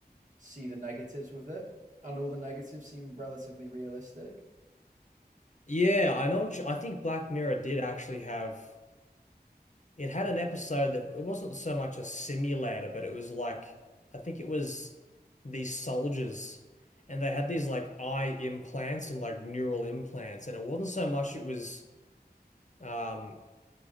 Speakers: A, on the right; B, on the left.
A: see the negatives with it, and all the negatives seem relatively realistic.
B: Yeah, I know. what you- I think Black Mirror did actually have. It had an episode that it wasn't so much a simulator, but it was like I think it was these soldiers and they had these like eye implants and like neural implants and it wasn't so much it was um